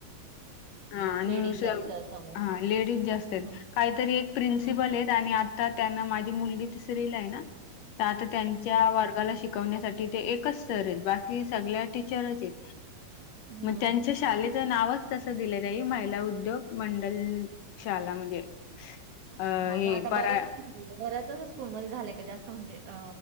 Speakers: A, on the left; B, on the right.
A: हा आणि
B: लेडीज जास्त असं मग
A: हा लेडीज जास्त
B: हम्म
A: त.
B: हम्म
A: काहीतरी एक प्रिन्सिपल
B: हं.
A: आहेत आणि आता त्यांना माझी मुलगी तिसरीला आहे ना तर आता त्यांच्या वर्गाला श शिकवण्यासाठी ते एकच सर आहेत बाकी सगळ्या टीचरच आहेत.
B: हं.
A: मग त्यांच्या शालेत नावच तसं दिलंय तेन्ही महिला उद्योग मंडल शाला म्हणजे. अ
B: हो
A: हे
B: ना आता
A: परा
B: बरं बऱ्याच स्कूलमध्ये झालंय का जास्त म्हणजे अ